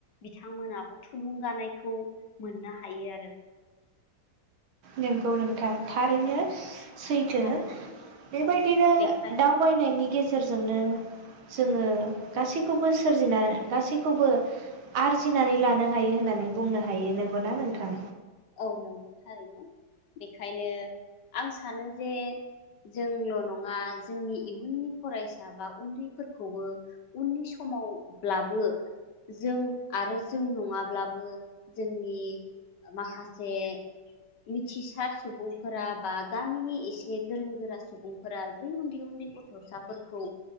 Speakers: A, on the left; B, on the right.
A: बिथांमोनाबो थुलुंगानायखौ मोननो हायो आरो
B: नोंगौ नोंथां थारैनो
A: औ
B: सैथो
A: थारैनो
B: बेबायदिनो
A: औ बेखाय
B: दावबायनायनि गेजेरजोंनो जोङो गासैखौबो सोरजिना
A: औ
B: गासै खौबो आरजिनानै लानो हायो होननानै बुंनो हायो नंगौना? नोंथां
A: औ औ नंगौ थारैनो। बेखायनो आं सानो जे जोंल' नङा जोंनि इयुननि फरायसा बा उन्दैफोरखौबो उननि समावब्लाबो जों आरो जों नङाब्लाबो जोंनि माखासे मिथिसार सुबुंफोरा बा गामिनि एसे गोरों गोरा सुबुंफोरा बै उन्दै उन्दै गथ'साफोरखौ